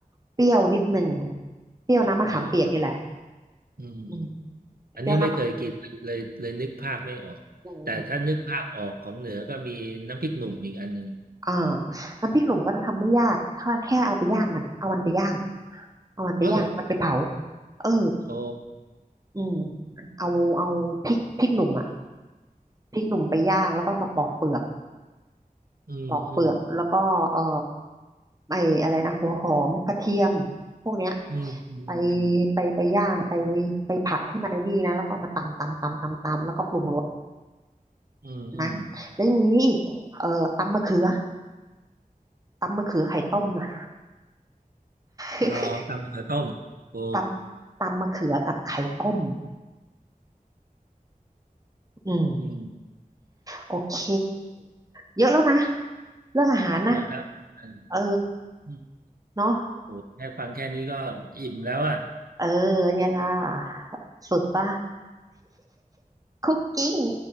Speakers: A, on the right; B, on the right.
A: เปรี้ยวนิดหนึ่งเปรี้ยวน้ำมะขามเปียกนี่แหละ
B: อ๋ออืม
A: อืม
B: อันนี้ไม่เคยกินเลยเลยนึกภาพไม่ออกแต่ถ้านึกภาพออกของเหนือก็มีน้ำพริกหนุ่มอีกอันหนึ่ง
A: เปรี้ยวน้ำมะอืมอ่าน้ำพริกหนุ่มก็ทำไม่ยากถ้าแค่เอาไปย่างมันเอามันไปย่างเอามันไปย่างมันไปเผา
B: ก็เหรอ
A: เออ
B: โอ้
A: อืมเอาเอาพริกพริกหนุ่มอ่ะพริกหนุ่มไปย่างแล้วก็มาปอกเปลือก
B: อืมอืม
A: ปอกเปลือกแล้วก็เอ่อไออะไรนะหัวหอมกระเทียมพวกเนี้ย
B: อืมอืมอืม
A: ไปไปไปย่างไปไปผัดให้มันไอ้นี่นะแล้วก็เอามาตำตำตำตำตำแล้วก็ปรุงรส
B: อืมอืม
A: นะแล้วยังมีนี่อีกเอ่อตำมะเขือตำมะเขือไข่ต้มนะ
B: เอ่อตำมะเขือต้มโอ้
A: <laughs> ตำตำมะเขือกับไข่ต้มอืม
B: อืม
A: โอเคเยอะแล้วนะเรื่องอาหารนะ
B: เยอะแล้วอ
A: เออ
B: ืม
A: เนาะ
B: โอ้แค่ฟังแค่นี้ก็อิ่มแล้วอ่ะ
A: เออเนี่ยล่ะสุดป่ะ <laughs> คุกกิ้ง